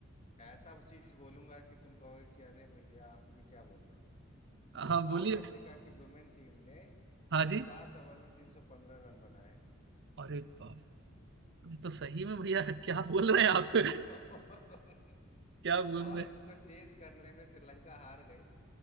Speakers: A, on the left; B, on the right.
A: ऐसा चीज बोलूंगा कि तुम कहोगे कि अरे भैया आप ये क्या बोल रहे हो
B: हाँ
A: साउथ
B: बोलिए
A: अफ्रीका की वुमेन टीम ने
B: हाँ जी
A: पचास ओवर में तीन सौ पंद्रह रन बनाए
B: अरे बाप रे, तो सही में भैया क्या बोल रहे हैं आप
A: औ-
B: <laughs>
A: <laughs>
B: क्या बोल
A: और
B: रहे हैं
A: उसको चेज करने में श्रीलंका हार गई